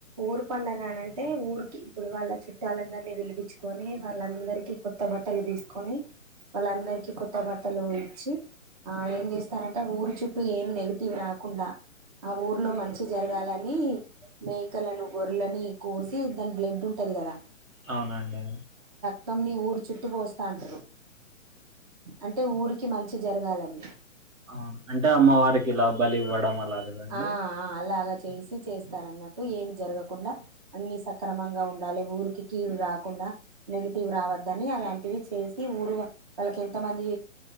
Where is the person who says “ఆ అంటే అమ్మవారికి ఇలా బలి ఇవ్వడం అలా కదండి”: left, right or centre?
Right